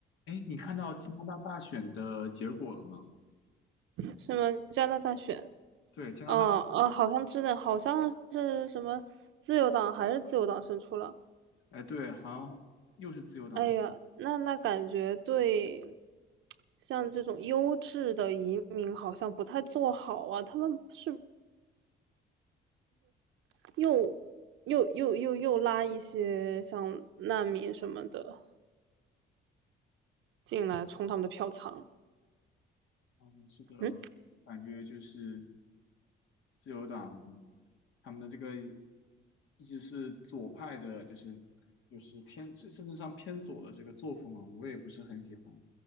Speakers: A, on the left; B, on the right.
A: 哎，你看到加拿大大选的结果了吗？
B: 什么加拿大选？
A: 对，加拿大，
B: 哦哦，好像真的，好像是什么自由党还是自由党胜出了。
A: 哎，对，好像又是自由党。
B: 哎呀，那那感觉对，像这种优质的移民好像不太做好啊。他们是又又又又又拉一些像难民什么的进来充他们的票仓。
A: 嗯，是的，
B: 嗯
A: 感觉就是自由党他们的这个一直是左派的，就是就是偏甚甚至上偏左的这个作风啊，我也不是很喜欢。